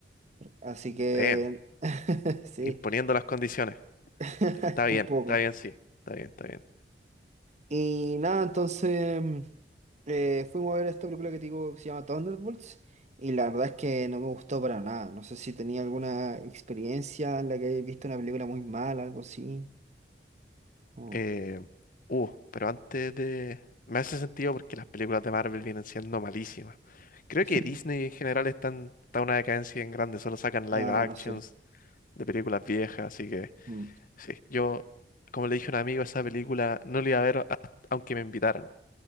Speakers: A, on the right; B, on the left.
A: Así que,
B: Damn,
A: <laughs> sí,
B: imponiendo las condiciones.
A: <laughs>
B: Está bien,
A: un poco.
B: está bien, sí. Está bien, está bien.
A: Y nada, entonces mm, eh, fuimos a ver esta película que te digo que se llama Thunderbolts y la verdad es que no me gustó para nada. No sé si tenía alguna experiencia en la que he visto una película muy mala, algo así. Oh.
B: Eh, uh, pero antes de... Me hace sentido porque las películas de Marvel vienen siendo malísimas. Creo
A: <laughs>
B: que Disney en general está en, está en una decadencia en grande. Solo sacan
A: Ah,
B: live actions
A: bueno, sí.
B: de películas viejas. Así que,
A: Mm.
B: sí. Yo, como le dije a un amigo, esa película no la iba a ver a- aunque me invitaran.